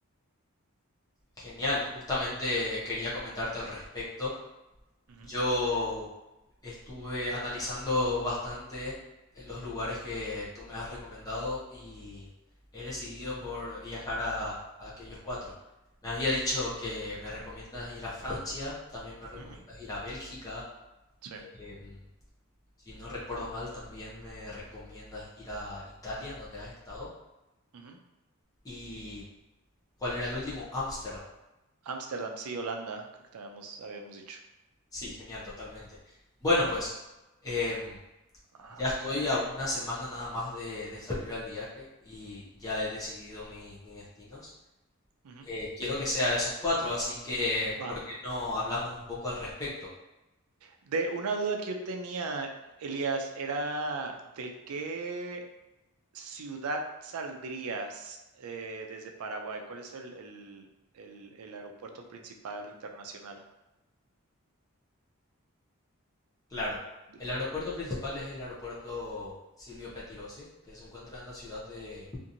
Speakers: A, on the left (about 15°); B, on the right (about 75°).
A: Genial, justamente quería comentarte al respecto.
B: Ujú,
A: Yo estuve analizando bastante eh, los lugares que tú me has recomendado y he decidido por viajar a, a aquellos cuatro. Me había dicho que me recomiendas ir a Francia, también me recomiendas
B: ujú,
A: ir a Bélgica,
B: sí.
A: em, si no recuerdo mal, también me recomiendas ir a Italia, en donde has estado.
B: ujú.
A: ¿Y cuál era el último? Ámsterdam.
B: Ámsterdam, sí, Holanda, creo que te habíamos, habíamos dicho.
A: Sí, genial, totalmente. Bueno, pues, em,
B: A
A: Ya estoy
B: ver.
A: a una semana nada más de, de salir al viaje y ya he decidido mi- mis destinos.
B: ujú,
A: Eh, quiero que sea esos cuatro, así que
B: Va.
A: ¿por qué no hablamos un poco al respecto?
B: De una duda que yo tenía, Elías, era de qué ciudad saldrías eh, desde Paraguay. ¿Cuál es el, el- el- el aeropuerto principal internacional?
A: Claro,
B: De-
A: el aeropuerto principal es el aeropuerto Silvio Pettirossi, que se encuentra en la ciudad de,